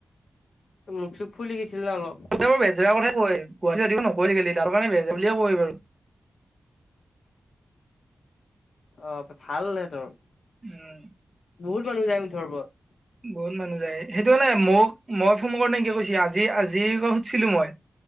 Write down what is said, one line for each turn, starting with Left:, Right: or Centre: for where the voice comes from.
Left: মূখ চুক ফুলি গৈছিল না অলপ
Right: এ বাৰ বেজৰা কথা কয় গুৱাহাটীতেও নকৈ আজি কালি তাৰ কাৰণে বেজৰা বুলিয়ে কয় বাৰু
Left: অ ভালনে তোৰ
Right: উম
Left: বহুত মানুহ যায় মুঠৰওপৰত
Right: বহুত মানুহ যায় সেইটো কাৰানে মোক মই ফোন কৰতে এন-কে কৈছ আজি আজিৰ ক সুধিছিলো মই